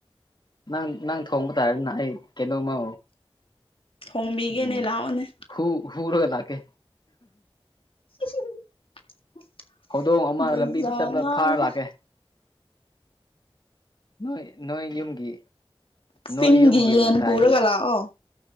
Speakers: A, on the left (about 45°); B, on the left (about 65°).
A: ꯅꯪ ꯅꯪ ꯊꯣꯡꯕ ꯇꯥꯔꯅꯤꯅ ꯑꯩ ꯀꯩꯅꯣꯝꯃ
B: ꯊꯣꯡꯕꯤꯒꯦꯅꯦ
A: ꯎꯝ
B: ꯂꯥꯛꯑꯣꯅꯦ
A: ꯍꯨ ꯍꯨꯔꯒ ꯂꯥꯛꯀꯦ
B: <unintelligible>
A: ꯍꯧꯗꯣꯡ ꯑꯃ ꯂꯝꯕꯤꯗ ꯆꯠꯄ ꯐꯥꯔ ꯂꯥꯛꯀꯦ ꯅꯣꯏ ꯅꯣꯏ ꯌꯨꯝꯒꯤ ꯅꯣꯏ
B: ꯆꯤꯡꯒꯤ
A: ꯌꯨꯝꯒꯤ
B: ꯌꯦꯟ
A: ꯃꯇꯥꯏꯒꯤ
B: ꯄꯨꯔꯒ ꯂꯥꯛꯑꯣ